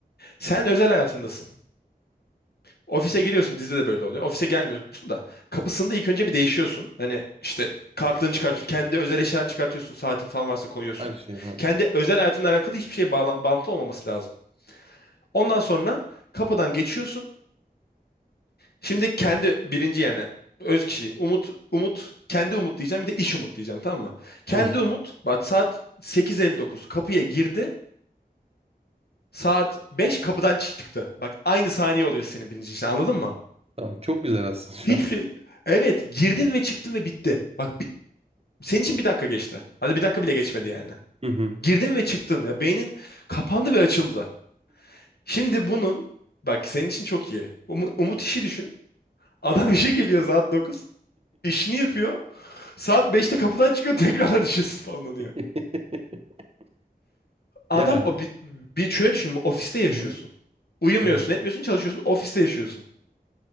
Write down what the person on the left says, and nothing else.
Sen özel hayatındasın. Ofise geliyorsun dizide de böyle oluyor. Ofise gelmiyorsun da kapısında ilk önce bir değişiyorsun. Hani işte kartını çıkartıyorsun. Kendi özel eşyalarını çıkartıyorsun. Saatin falan varsa koyuyorsun.
Kendi özel hayatınla alakalı hiçbir şey bağlan bağlantı olmaması lazım. Ondan sonra kapıdan geçiyorsun. Şimdi kendi birinci yani öz kişiliğin. Umut, Umut, kendi Umut diyeceğim bir de iş Umut diyeceğim tamam mı? Kendi
Umut bak saat sekiz elli dokuz kapıya girdi. Saat 5 kapıdan çıktı. Bak aynı saniye oluyor senin birinci işin anladın mı?
Hiçbir
şey... Evet, girdin ve çıktın ve bitti. Bak bi- senin için bir dakika geçti. Hadi bir dakika bile geçmedi yani.
Girdin ve çıktın. Ya beynin kapandı ve açıldı. Şimdi bunun bak senin için çok iyi. Umu- Umut işi düşün. Adam işe geliyor saat 9. İşini yapıyor. Saat beşte kapıdan çıkıyor <laughs> tekrardan işe spamlanıyor.
Adam
o bir, bir şöyle düşün. Ofiste yaşıyorsun.
Uyumuyorsun,
etmiyorsun, çalışıyorsun. Ofiste yaşıyorsun.